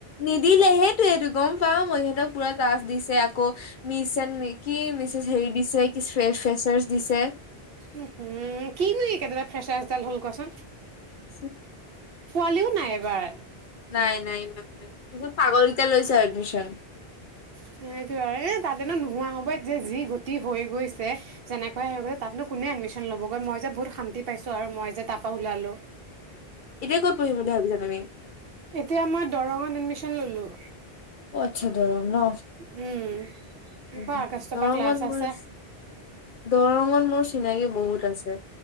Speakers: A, on the left; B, on the right.
A: নিদিলে সেইটোৱেটো গম পাওঁ মই সিহঁতক পুৰা টাচ দিছে আকৌ মিচ এন্দ কি মিচেছ হেৰি দিছে কি ফে-ফে-ফ্ৰেছাৰ্ছ দিছে।
B: উ হু কিনো একেদেতা হৈচে‌ ফ্ৰেচাচডাল হ'ল কোৱাচোন?
A: <unintelligible>
B: পোৱালিও নাই এবাৰ
A: নাই -নাই পাগলকেইটা লৈছে এডমিশ্যন।
B: সেইটো আৰু এ তাততেনো নোহোৱা হ'ব যে যি গতি হৈ গৈছে যেনেকুৱা হৈ গৈছে তাতনো কোনে এডমিশন ল'বগৈ মই যে বহুত শান্তি পাইছো আৰু মই যে তাপা ওলালো।
A: ক'তপঢ়িম বুলি ভাবিছা তুমি?
B: এতিয়া মই দৰঙত এডমিছন ললো।
A: অ আচ্ছা দৰং ন'
B: উম আকৌ
A: উ
B: আগষ্টৰ
A: দৰঙত
B: পৰা ক্লাছ
A: মোৰ
B: আছে
A: দৰঙত মোৰ চিনাকি বহুত আছে।